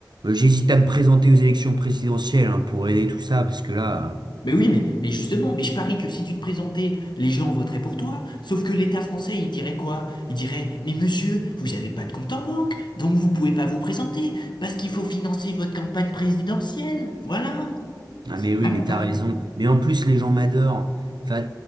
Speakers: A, on the right; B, on the left.
A: euh, j'hésite à me présenter aux élections présidentielles hein, pour aider tout ça, parce que là,
B: Mais oui, mais, mais justement, mais je parie que si tu te présentais, les gens voteraient pour toi. Sauf que l'État français, il dirait quoi? Il dirait, mais monsieur, vous n'avez pas de compte en banque, donc vous pouvez pas vous présenter, parce qu'il faut financer votre campagne présidentielle. Voilà.
A: euh,
B: C'est
A: ah mais
B: lamentable.
A: oui, mais t'as raison. Mais en plus, les gens m'adorent. Enfin,